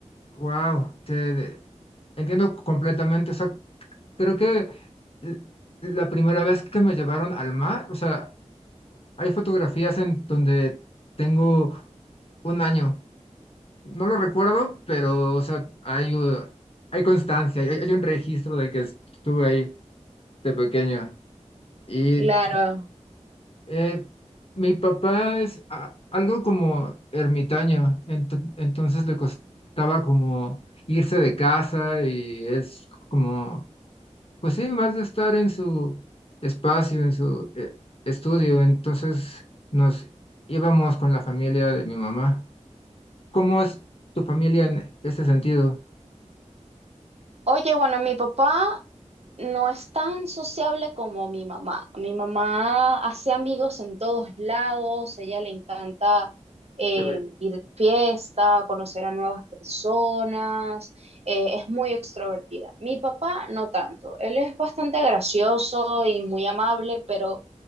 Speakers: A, on the left (about 50°); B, on the right (about 60°).
A: Wow. Te entiendo completamente. O sea, creo que l- la primera vez que me llevaron al mar, o sea, hay fotografías en donde tengo un año. No lo recuerdo, pero, o sea, hay, uh, hay constancia, hay, hay un registro de que estuve ahí de pequeño. Y
B: Claro,
A: Eh, mi papá es a- algo como ermitaño, ento- entonces le costaba como irse de casa y es como, pues sí, más de estar en su espacio, en su eh, estudio, entonces nos íbamos con la familia de mi mamá. ¿Cómo es tu familia en ese sentido?
B: Oye, bueno, mi papá no es tan sociable como mi mamá. Mi mamá hace amigos en todos lados, a ella le encanta eh,
A: Te ve-
B: ir de fiesta, conocer a nuevas personas, eh, es muy extrovertida. Mi papá no tanto, él es bastante gracioso y muy amable, pero